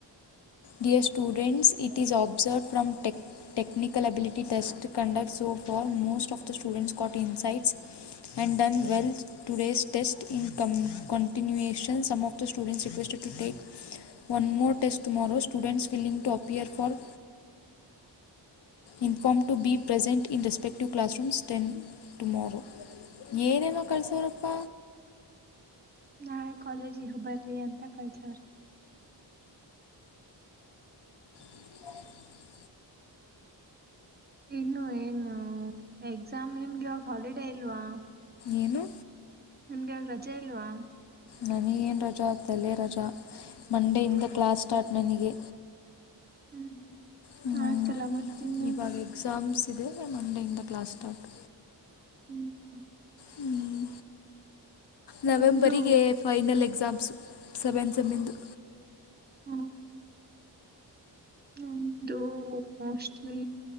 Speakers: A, on the left; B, on the right.
A: dear students it is after palm tech technical ability test conduct ಸ for most of the students got insights ಎಂಡನ್ done ವೆಲ್ಸ today test income continuation ಕಮ್ಮ of the student requested tech one more test tomorrow students willing to appear for inform to be present in respect classroom ten tomorrow ಏನೇನು ಕಳ್ಸಾರಪ್ಪ?
B: ನಾಳೆ ಕಾಲೇಜಿಗೆ ಬರ್ರಿ ಅಂತ ಕಳಸವ್ರೆ.
A: ಹ <inaudible>
B: ಇನ್ನು ಏನು exam ನಿಮ್ಗೆ ಇವಾಗ ಹಾಲಿಡೇ ಇಲ್ವಾ?
A: ಏನು?
B: ನಿಮಗೆ ಇವತ್ತು ರಜಾ ಇಲ್ವಾ?
A: ನನಗೇನು ರಜಾ ತಲೆ ರಜಾ ಮಂಡೆ ಇಂದ ಕ್ಲಾಸ್ ಸ್ಟಾರ್ಟ್ ನನಗೆ.
B: ಹ್ಮ್ ಹ್ಮ್
A: ಹ್ಮ್
B: ಆಯ್ತಲ್ಲ ಮತ್ತ ಇನ್ನೇನು?
A: ಇವಾಗ ಎಕ್ಸಾಮ್ಸ್ ಇದೆ. ಮಂಡೆಯಿಂದ ಕ್ಲಾಸ್ ಸ್ಟಾರ್ಟ್.
B: ಹ್ಮ್ ಹ್ಮ್
A: ಹ್ಮ್ ನವೆಂಬರಿಗೆ
B: ನಮ್ದು
A: ಫೈನಲ್ ಎಕ್ಸಾಮ್ಸು ಸೆವೆನ್ ಸಮ್ಮಿಂದು.
B: ಹಾ ಹಾ ನಮಂದು ಮೋಸ್ಟ್ಲಿ.